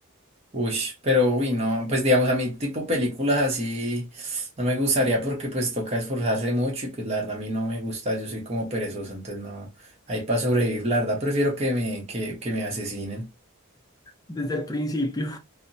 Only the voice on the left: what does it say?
desde el principio.